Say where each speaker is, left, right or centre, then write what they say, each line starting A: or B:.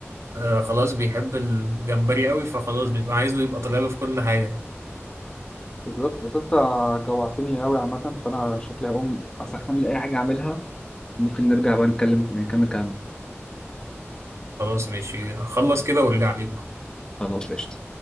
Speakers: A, on the right; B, on the left.
A: آه خلاص بيحب الجمبري قوي فخلاص بيبقى عايزه يبقى طالع له في كل حاجة يعني.
B: بالظبط بس انت جوعتني قوي عامه فانا شكلي هقوم اسخن لي اي حاجه اعملها ممكن نرجع بقى نتكلم نكمل كلامنا
A: خلاص ماشي خلص كده وارجع لي
B: خلاص قشطه